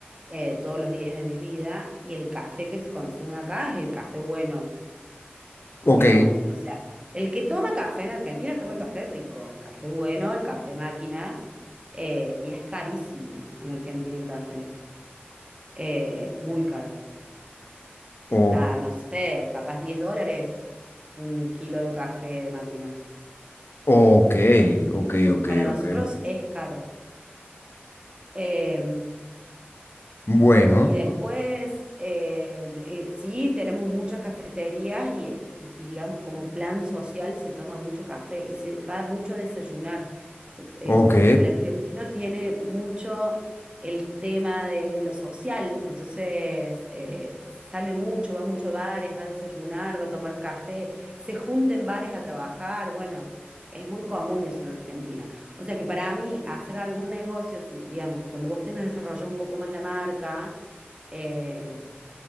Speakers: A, on the right; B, on the left.
A: eh, todos los días de mi vida y el café que se consume acá es el café bueno,
B: Ok,
A: digamos. O sea, el que toma café en Argentina toma el café rico, el café bueno, el café máquina, eh, y es carísimo en Argentina el café, eh, muy caro.
B: ok.
A: Está, no sé, capaz 10 dólares un kilo de café de máquina.
B: Ok, ok, ok,
A: Para nosotros
B: ok.
A: es caro. Eh,
B: Bueno,
A: Y después, eh, eh, sí, tenemos muchas cafeterías y, y- y digamos como plan social se toma mucho café y se va mucho a desayunar. Se- El,
B: ok.
A: el argentino tiene mucho el tema de lo social, entonces eh, sale mucho, va mucho a bares, va a desayunar, va a tomar café, se junta en bares a trabajar, bueno, es muy común eso en Argentina. O sea que para mí hacer algún negocio, si, digamos, cuando vos tengas desarrollado un poco más la marca, eh,